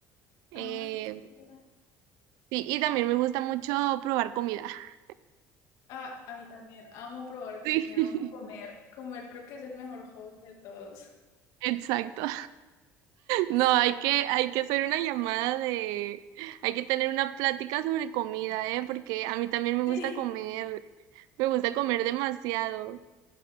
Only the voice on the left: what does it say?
Ay, qué chévere.
Ah, a mí también, amo probar
comida, amo comer. Comer creo que es el mejor hobby de todos. <laughs>
Sí.
Sí.